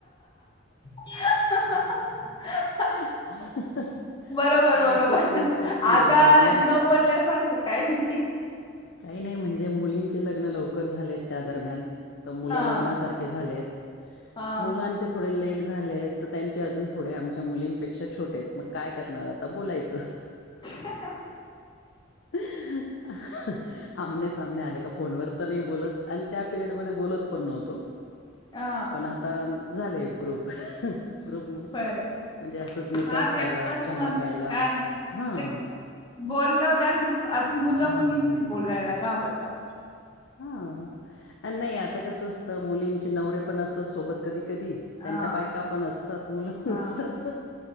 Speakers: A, on the left; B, on the left.
A: <inaudible>
B: <inaudible>
A: बरोबर बरोबर
B: अशी परिस्थिती
A: आता
B: आहे म्हणजे मुलांची
A: नबोलण्यासारखं काही नाही.
B: काही नाही म्हणजे मुलीं ची लग्न लवकर झालेत त्या दरम्यान, तर मुलं
A: हा
B: लग्नासारखे झालेत.
A: हा
B: मुलांचे थोडे लेट झालेत. तर त्यांचे अजून थोडे आमच्या मुलींपेक्षा छोटे आहेत. मग काय करणार आता बोलायचं.
A: <unintelligible>
B: <unintelligible> आमने सामने आले का फोनवर तरी बोलत, आणि त्या पिरियडमध्ये बोलत पण नव्हतो.
A: हा
B: पण आता झाले ग्रुप. ग्रुप
A: खरं
B: म्हणजे असंच मिसळ
A: हा
B: खायला,
A: तेव्हाच
B: चहा
A: मग
B: प्यायला
A: काय
B: हं.
A: ते बोललं त्या आ- मुलं मुलींशी बोलायला घाबरतात.
B: हां. नाही आता कसं असतं. मुलींचे नवरे पण असतात सोबत कधी कधी,
A: हा
B: त्यांच्या बायका पण असतात. मुलं पण
A: हा
B: असतात